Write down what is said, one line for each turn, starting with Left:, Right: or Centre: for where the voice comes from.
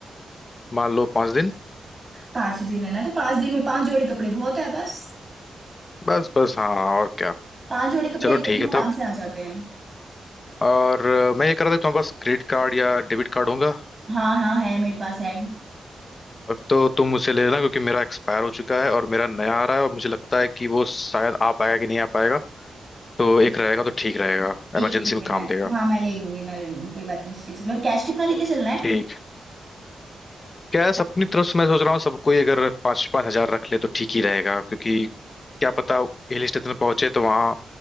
Left: मान लो पांच दिन
Right: पांच दिन है ना तो पांच दिन में पांच जोड़ी कपड़े बहुत है बस
Left: बस बस हाँ और क्या
Right: पांच जोड़े कपड़े
Left: चलो
Right: एक
Left: ठीक
Right: दिन में
Left: है
Right: आराम
Left: तब
Right: से आ जाते हैं
Left: और अ, मैं ये कह रहा था तुम्हारे पास क्रेडिट कार्ड या डेबिट कार्ड होगा
Right: हाँ हाँ है मेरे पास है
Left: और तो तुम उसे ले लेना क्योंकि मेरा एक्सपायर हो चुका है और मेरा नया आ रहा है और मुझे लगता है कि वो शायद आ पाएगा कि नहीं आ पाएगा तो
Right: ठीक
Left: एक रहेगा तो ठीक रहेगा
Right: ठीक
Left: इमरजेंसी
Right: है ठीक
Left: में
Right: है
Left: काम
Right: मैं
Left: देगा
Right: हाँ मैं ले लूंगी मैं ले लूंगी कोई बात नहीं उस चीज के लिए और कैश कितना लेके चलना है
Left: ठीक क्या है अपनी तरफ से मैं सोच रहा हूँ सबको ही अगर पाँच पाँच हजार रख ले तो ठीक ही रहेगा क्योंकि क्या पता हिल स्टेशन पहुंचे तो वहाँ